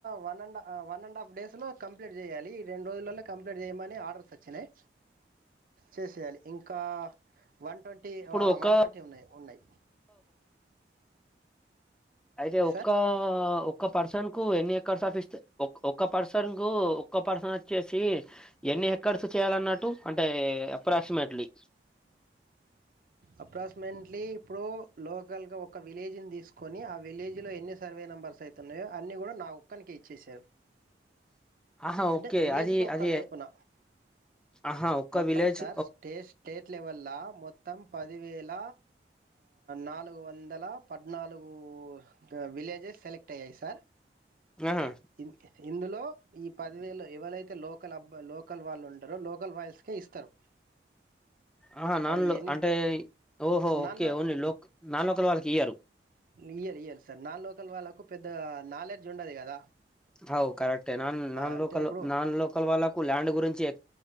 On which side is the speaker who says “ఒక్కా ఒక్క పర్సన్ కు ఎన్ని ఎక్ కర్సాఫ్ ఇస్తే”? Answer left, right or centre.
Centre